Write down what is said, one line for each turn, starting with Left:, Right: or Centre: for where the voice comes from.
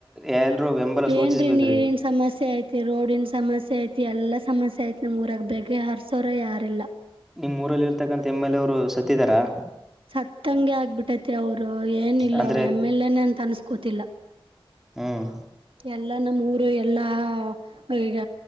Centre: ಎಲ್ರೂ ಬೆಂಬಲ ಸೂಚಿಸ್ಬೇಕ್ರಿ
Right: ಏನ್ರೀ ನೀರಿನ್ ಸಮಸ್ಯೆ ಐತಿ ರೋಡನ್ ಸಮಸ್ಯೆ ಐತಿ ಎಲ್ಲಾ ಸಮಸ್ಯೆ ಸೈತನ ಮೂರಾಗ ಬೇಗ್ಗೆ ಹರ್ಸೋರ ಯಾರಿಲ್ಲ
Centre: ನಿಮ್ಮ ಊರಲ್ಲಿ ಇರ್ತಕ್ಕಂಥ ಎಮ್ ಎಲ್ ಎ ಅವರು ಸತ್ತಿದಾರಾ
Right: ಸತ್ತಂಗೆ ಆಗ್ಬಿಟ್ಟತಿ ಅವರು ಏನಿಲ್ಲ
Centre: ಅಂದ್ರೆ
Right: ಅವ್ರ ಎಮ್ ಎಲ್ ಎನೆ ಅಂತ ಅನ್ಸ್ಕೋತಿಲ್ಲ
Centre: ಹ್ಮ್
Right: ಎಲ್ಲಾ ನಮ್ಮ್ ಊರು ಎಲ್ಲಾ ಈಗ